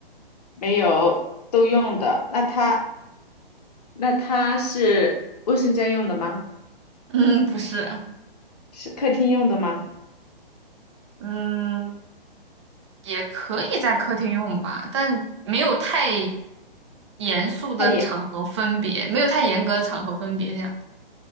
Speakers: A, on the left; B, on the right.
A: 没有，都用的。那它那它是卫生间用的吗？
B: <laughs> 嗯，不是，
A: 是客厅用的吗？
B: 嗯，也可以在客厅用吧，但没有太严肃的场合分别，
A: 它也，
B: 没有太严格的场合分别这样，